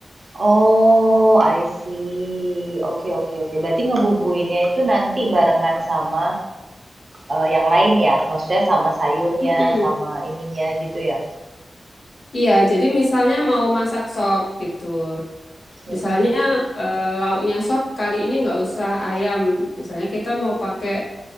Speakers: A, on the right (about 45°); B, on the left (about 70°).
A: Oh, I see. Oke, oke, oke. Berarti ngebubuinnya itu nanti barengan sama eh, yang lain ya? Maksudnya sama sayurnya,
B: Mm-mm.
A: sama ininya gitu ya?
B: Iya, jadi misalnya mau masak sop gitu.
A: Mm-mm.
B: Misalnya eh, lauknya sop kali ini nggak usah ayam. Misalnya kita mau pakai